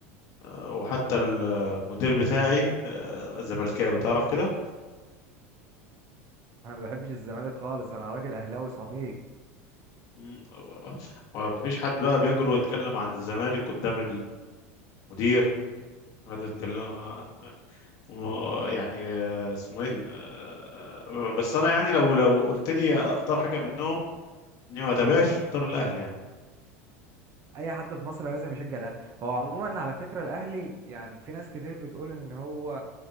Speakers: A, on the left; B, on the right.
A: آه، وحتى المدير بتاعي آه، زملكاوي تعرف كده
B: انا ما بحبش الزمالك خالص انا راجل اهلاوي صميم
A: مم، آه، مفيش حد بقى بيجرؤ يتكلم عن الزمالك قدام المدير هذا يتكلم آه، آه، يعني آه، اسمه ايه آه، آه، بس انا يعني لو لو قلت لي اختار حاجه منهم اني ما اتابعش اختار الاهلي يعني
B: اي حد في مصر لازم يشجع الاهلي هو عموما على فكره الاهلي يعني في ناس كتير بتقول ان هو